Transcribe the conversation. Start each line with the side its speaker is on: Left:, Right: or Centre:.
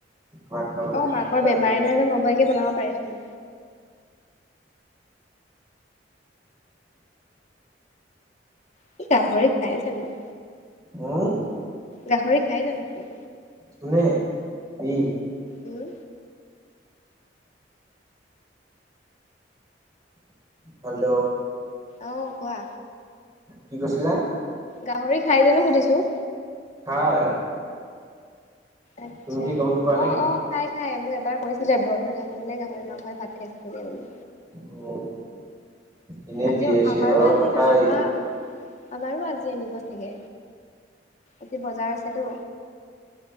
Right: ভাত খাবলে
Left: অ
Right: সেইটো
Left: মাকৰ
Right: কাৰণে
Left: বেমাৰে
Right: গৈছে
Left: নহয়। এনে নবৌয়েকে বনাব পাৰে সি। সি গাহৰি খাই জানো?
Right: উম
Left: গাহৰি খাই জানো সি?
Right: কোনে? ই
Left: উম।
Right: হেল্ল'!
Left: আহ কোৱা?
Right: কি কৈছিলা?
Left: গাহৰি খাই জানো সুধিছো?
Right: খাই।
Left: আচ্ছা
Right: তুমি কি গম নোপোৱা নেকি?
Left: অ-অ খাই-খাই মোক। এবাৰ কৈছিলে ব্ৰত হৈ থকা মানে গাহৰি মাংসই ভাত খাইছিলগে বুলি।
Right: উম, এনেই
Left: আজি
Right: বিয়েৰ চিয়েৰ
Left: আমাৰো
Right: লগত
Left: আজি
Right: নাখায়।
Left: আমাৰ
Right: উম,
Left: আমাৰো আজি আনিব চাগে আজি বজাৰ আছেতো।